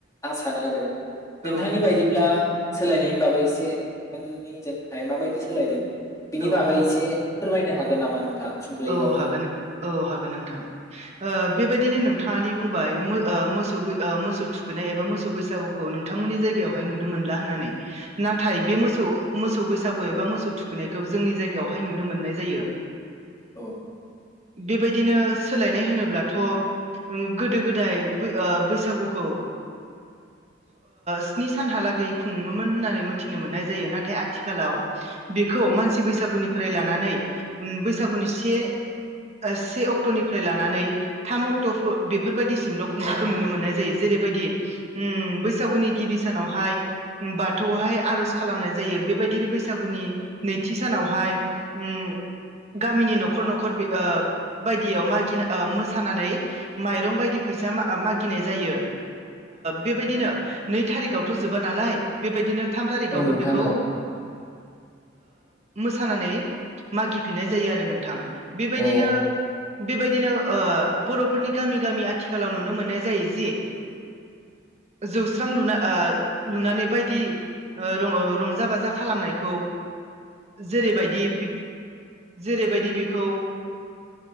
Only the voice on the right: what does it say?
औ नोंथां
नंगौ
औ
औ हागोन औ हागोन नोंथां। बेबायदिनो नोंथाङादि बुंबाय मोसौ मोसौ थुखैनाय एबा मोसौ बैसागु नोंथांमोननि जायगायावहाय नुनो मोनला होननानै नाथाय बे मोसौ मोसौ बैसागु एबा मोसौ थुखैनायखौ जोंनि जायगायावहाय नुनो मोननाय जायो।
बेबायदिनो सोलायनाय होनोब्लाथ' गोदो गोदाय बैसागुखौ स्नि सानहालागै खुङोमोन होननानै मोनथिनो मोननाय जायो। नाथाय आथिखालाव बेखौ मानसि बैसागुनिफ्राय लानानै बैसागुनि से से अक्ट'निफ्राय लानानै थाम अक्ट' बेफोरबायदिसिमल' खुंनायखौ नुनो मोननाय जायो। जेरैबायदि बैसागुनि गिबि सानावहाय बाथौहाय आर'ज खालामनाय जायो। बेबायदिनो बैसागुनि नैथि सानावहाय उम गामिनि न'खर न'खर बायदियाव मागिना मोसानानै माइरं बायदि फैसा मागिनाय जायो। बेबायदिनो नै थारिखावथ' जोबा नालाय बेबायदिनो थाम थारिखावबो
बेखौ
मोसानानै मागिफिननाय जायो आरो नोंथां। बेबायदिनो
बेबायदिनो ओ बर'फोरनि गामि गामि आथिखालाव नुनो मोननाय जायो जि जौस्रां लुना लुनानै बायदि रंजा रंजा बाजा खालामनायखौ जेरैबायदि जेरैबायदि बेखौ